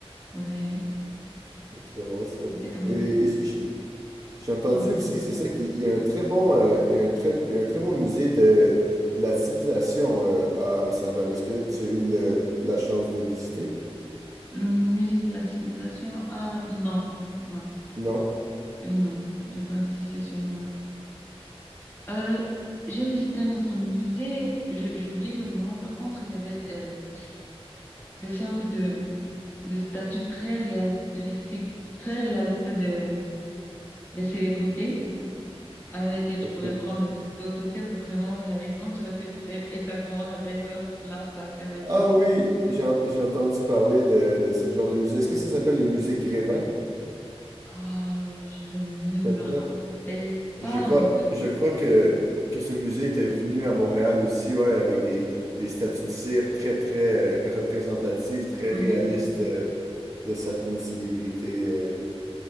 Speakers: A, on the left; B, on the right.
A: ouais
B: Très bon, ça.
A: c'était quand même
B: Et, et j- j- j'ai entendu
A: pas mal.
B: aussi, c'est ça, qu'il il y a un très bon, euh, il y a un très, il y a un très bon musée de, de la civilisation euh, à Amsterdam. Est-ce que tu as eu le- la chance de visiter?
A: le musée de la civilisation. Ah, non, non.
B: Non?
A: Euh, non, j'ai pas visité celui-là. Euh, j'ai visité un autre musée, je- j'oublie le nom. Par contre, il y avait euh, des sortes de, de statues très réalistiques, très réalistes de, des célébrités avec lesquelles
B: OK.
A: tu pouvais prendre des photos. C'était vraiment réaliste. On dirait que c'était exactement la personne là placée avec
B: Ah
A: toi.
B: oui, j'ai en- j'ai entendu parler de, de ce genre de musée. Est-ce que ça s'appelle le musée Grévin,
A: Ah, je ne me
B: peut-être?
A: rappelle
B: Je
A: pas
B: crois,
A: honnêtement.
B: je crois que, que ce musée était venu à Montréal aussi, ouais, avec des, des statues de cire très, très euh, représentatives, très
A: Oui,
B: réalistes.
A: oui,
B: euh, de certaines célébrités. euh.